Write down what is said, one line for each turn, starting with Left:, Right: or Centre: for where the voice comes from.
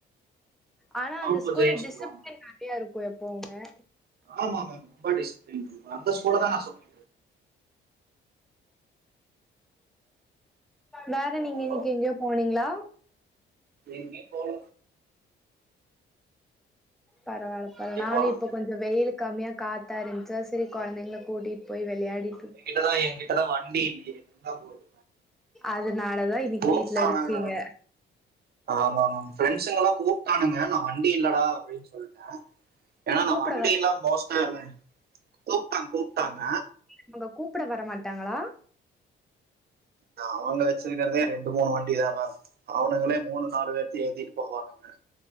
Centre: ஆனா
Right: வகுப்பு
Centre: அந்த ஸ்கூல்ல
Right: ஜெயின்
Centre: டிசிப்ளின்
Right: சொல்லுவாங்க
Centre: நெறைய இருக்கு எப்பவுமே
Right: ஆமா மேம் ரொம்ப டிசிப்ளின் இருக்கு அந்த ஸ்கூல்லதா தா சொல்லி
Centre: வேற நீங்க
Right: ஹலோ
Centre: இன்னிக்கு எங்யாது போனீங்களா
Right: எங்யு போல
Centre: பரவால பரவால
Right: எங்கே
Centre: நானு
Right: போறது
Centre: இப்ப கொஞ்ச வெயிலு கம்மியா காத்தா இருன்ச்சா செரி கொழந்தைங்கள கூட்டிட் போய் வெளயாடி
Right: கிட்டதா ஏகிட்டதா வண்டி இல்லியே இருந்தா குடு
Centre: அதனாலதா இன்னைக்கு
Right: போ
Centre: வீட்ல
Right: சொல்றாங்ளா
Centre: இருக்கீங்க
Right: ஆமாமாம் ஃப்ரெண்ட்ஸுங்கலா கூப்ட்டானுங்க நா வண்டி இல்லடா அப்டின் சொல்ட்டே ஏனா நா
Centre: கூப்ட
Right: வண்டிலா
Centre: வர
Right: மோஸ்ட்டா கூப்ட்டா கூப்ட்டாங்க
Centre: அவங்க கூப்பட வர மாட்டாங்களா
Right: அவங்க வச்சிருக்கிறதே ரெண்டு மூணு வண்டி தா மேம் அவுனுங்களே மூணு நாலு பேர் ஏத்திட்டு போவானுங்க